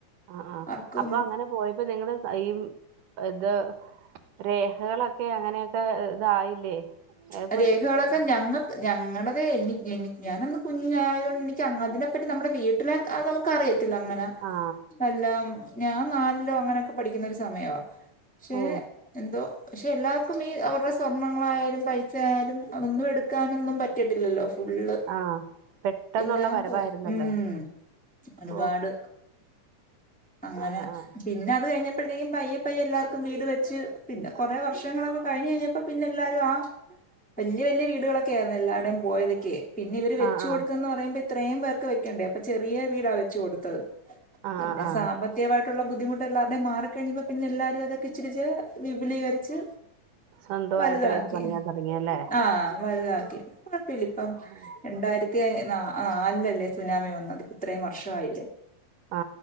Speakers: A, on the right; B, in the centre.
A: ആഹ് ആഹ്
B: ആർക്കും
A: അപ്പൊ അങ്ങനെ പോയപ്പോ നിങ്ങള് ഈ ഇത് രേഖകളൊക്കെ അങ്ങനെയൊക്കെ ഇതായില്ലേ ഏപ്പൊ
B: ആഹ് രേഖകളൊ
A: സ-
B: ക്കെ ഞങ്ങ ഞങ്ങടേത് എനി എനി ഞാനന്ന് കുഞ്ഞായതുകൊണ്ട് എനിക്ക് അതിനെപ്പറ്റി നമ്മുടെ വീ ട്ടിലെ അത് നമുക്ക് അറിയത്തില്ല അങ്ങനെ
A: ആ
B: എല്ലാം ഞാൻ നാലിലോ അങ്ങനെയൊക്കെ പഠിക്കുന്ന ഒരു സമയവാ പക്ഷേ
A: ഓ
B: എന്തോ പക്ഷെ എല്ലാവർക്കും ഈ അവരുടെ സ്വർണങ്ങളായാലും പൈ സ ആയാലും അതൊന്നും എടുക്കാനൊന്നും പറ്റീട്ടില്ലല്ലോ ഫുള്ള്
A: ആ പെട്ടെന്നുള്ള
B: എല്ലാം
A: വരവായിരുന്നല്ലോ
B: പോയി ഉം ഒരുപാട്
A: ഓ
B: അങ്ങനെ
A: ആ ആ
B: പിന്നെ അത് കഴിഞ്ഞ പ്പോഴത്തേക്കും പയ്യെ പയ്യെ എല്ലാവർക്കും വീട് വെച്ച് പിന്നെ കുറേ വർഷങ്ങളൊക്കെ കഴിഞ്ഞ് കഴിഞ്ഞപ്പോ പിന്നെ എല്ലാരും ആ വല്ല്യ വല്ല്യ വീടുകളൊക്കെ ആയിരുന്നു എല്ലാരുടെയും പോയതൊക്കെയേ പിന്നെ ഇവര് വെച്ച്
A: ആ ആ ആ
B: കൊടുത്തെന്ന് പറയുമ്പോ ഇത്രയും പേർക്ക് വെക്കണ്ടേ അപ്പൊ ചെറിയ വീടാ വെച്ചു കൊടുത്തത്
A: ആ
B: പിന്നെ
A: ആ ആ
B: സാമ്പ ത്തികവായിട്ടുള്ള ബുദ്ധിമുട്ട് എല്ലാരുടെയും മാറിക്കഴിഞ്ഞപ്പോൾ പിന്നെ എല്ലാരും അതൊക്കെ ഇച്ചിരിച്ചേ വിപുലീകരിച്ച്
A: സ്വന്തവായിട്ട്
B: വലുതാക്കി
A: ഇത് പണിയാൻ തുടങ്ങിയല്ലേ
B: ആഹ് വലുതാക്കി ഇപ്പോ കുഴപ്പവില്ല ഇപ്പം
A: ഓ
B: രണ്ടായിരത്തി ന നാലിലല്ലേ സുനാമി വന്നത് ഇത്രയും വർഷമായില്ലേ
A: ആ